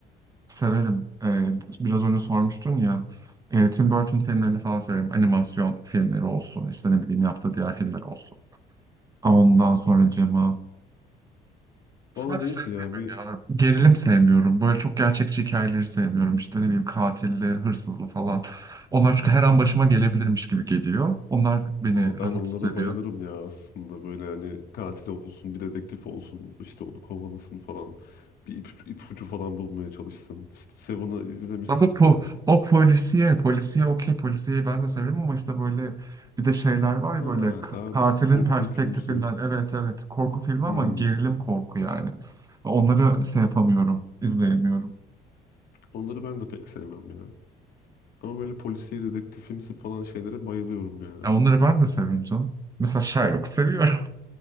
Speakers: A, on the right; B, on the left.
A: severim. E, biraz önce sormuştun ya, e, Tim Burton filmlerini falan severim. Animasyon filmleri olsun, işte ne bileyim yaptığı diğer filmler olsun. Ondan sonra Cema. Sadece
B: Aa neydi
A: şey sevmiyorum
B: ya bir...
A: ya. Gerilim sevmiyorum. Böyle çok gerçekçi hikayeleri sevmiyorum. İşte ne bileyim katilli, hırsızlı falan. Onlar çünkü her an başıma gelebilirmiş gibi geliyor. Onlar beni
B: Aa, ben
A: rahatsız
B: onlara
A: ediyor.
B: bayılırım ya aslında. Böyle hani katil olsun, bir dedektif olsun. işte onu kovalasın falan. Bir ipucu, ipucu falan bulmaya çalışsın. İşte Seven'ı izlemişsindir
A: Ama po-
B: belki.
A: o polisiye, polisiye okey, polisiyeyi ben de severim ama işte böyle bir de şeyler var ya
B: Ha,
A: böyle ka-
B: daha
A: katilin
B: korkunçumsu.
A: perspektifinden evet evet korku filmi
B: Hmm.
A: ama gerilim korku yani. Onları şey yapamıyorum, izleyemiyorum.
B: Onları ben de pek sevmem ya. Ama böyle polisiye dedektifimsi falan şeylere bayılıyorum ya.
A: Ya onları ben de severim canım. Mesela Sherlock
B: İşte,
A: seviyorum.